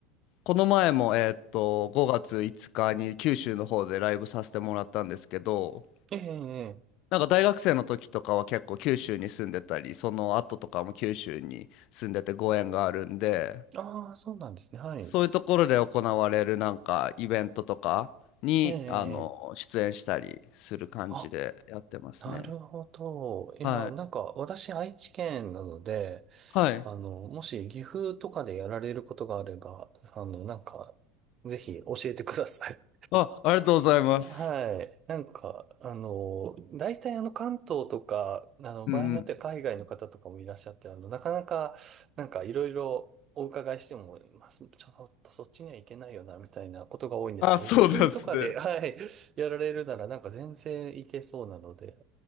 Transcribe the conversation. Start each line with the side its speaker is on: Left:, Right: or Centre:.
Left: この前もえーっと5月5日に九州の方でライブさせてもらったんですけど
Right: ええ、ええ。
Left: なんか大学生の時とかは結構九州に住んでたりその後とかも九州に住んでてご縁があるんで
Right: ああ、そうなんですね。はい。
Left: そういうところで行われるなんかイベントとかにあの出演したりする感じでやってますね。
Right: ええ、ええ。あ、なるほど。いや、
Left: はい、
Right: なんか、私、愛知県なので、
Left: はい
Right: あの、もし、岐阜とかでやられることがあれば、あの、なんか、ぜひ、教えてください。
Left: あ、ありがとうございます。
Right: はい。なんか、あの、大体あの関東とか、あの、
Left: うんうん。
Right: 場合によっては海外の方とかもいらっしゃって、あの、なかなか、なんかいろいろお伺いしても、まあ、そちょっとそっちには行けないよな、みたいなことが多いんですけど、
Left: あ、そうなんですね。
Right: 岐阜とかで、<laughs> はい、やられるならなんか全然行けそうなので、